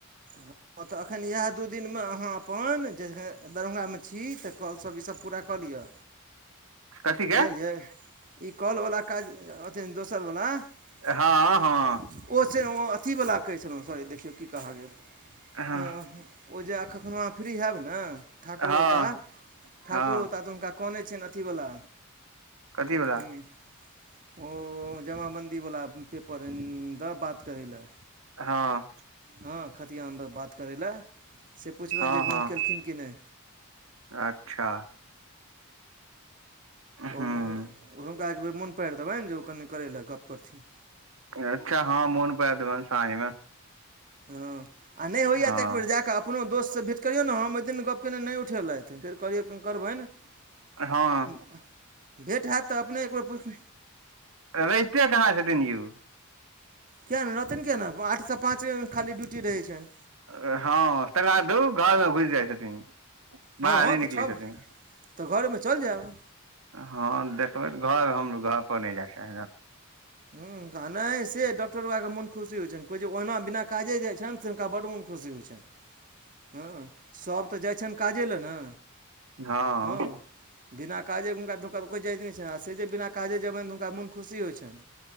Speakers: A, on the right; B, on the right.
A: हां, तऽ अखन इहाए दू दिनमे अहाँ अपन जे दरभंगा मे छी तऽ कॉल सब ई सब पूरा क लियौ
B: कथी के
A: बुझलियै ई कॉल वला काज अ ते मे दोसर बला आ
B: हँ हँ
A: ओ छै ओ अथी वला कहै छलौ सॉरी, देखियौ की कहऽ गेल।
B: हँ
A: हां ओ जे आ कखनो अहाँ फ्री हाएब नै। ठाकुर
B: हँ
A: होता, ठाकुर
B: हँ
A: होता तऽ हुनका कहनै छियैन अथी वला
B: कथी वला
A: उँह। ओ जमा बन्दी बला उम्म पेपर द बात करै लै।
B: हां।
A: हां खथियान द बात करै लै से पुछबैन
B: हँ
A: जे <unintelligible>
B: हँ
A: केलखिन कि नै।
B: अच्छा, हुं।
A: ओ हुनका एक बेेर मुन पार देबैन जे ओ कनि करैलै गप्प करथिन।
B: अच्छा, हां मुन पार देबैन साँझमे।
A: हां आ नै होयया
B: हँ
A: तऽ एकबेर जा कऽ अपनो दोस्त से भेट करियौ ने, हम ओय दिन गप कयने नै उठेलै। ते फेर कहलियै एखन करबैन उम्म
B: हँ
A: भेट हाएत तऽ अपने एक बेर पुछ
B: रैहते कहाँ छथिन यू।
A: किया नै रहथिन किया ने आठ से पाँच खाली ड्यूटी रहै छैन।
B: अ हां तकर बाद उ घर मे घुस जाय छथिन,
A: हँ
B: बाहर
A: हँ
B: नै
A: तऽ
B: निकलै
A: छओ
B: छथिन।
A: तऽ घर मे चल जाएब।
B: हां देखबै घर हम घर पर नै जाय छै ना।
A: हुं आ नै से डॉक्टरबा के मुन खुशी होय छैन, कोय जे ओहना बिना काजे जाय छन तऽ हुनका बड मुन खुशी होय छैन, हां सब तऽ जाय छैन काजे लए नै।
B: हँ
A: हां। बिना काजे हुनका दुकान कोय जाएते नै छैन आ से जे बिना काजे जेबैन हुनका मुन खुशी होय छन।